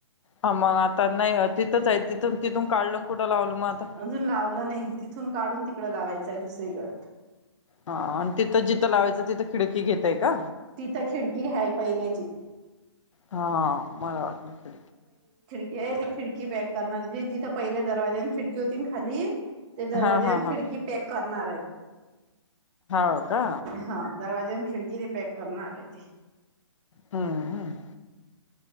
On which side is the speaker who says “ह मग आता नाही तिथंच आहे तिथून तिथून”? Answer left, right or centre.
Left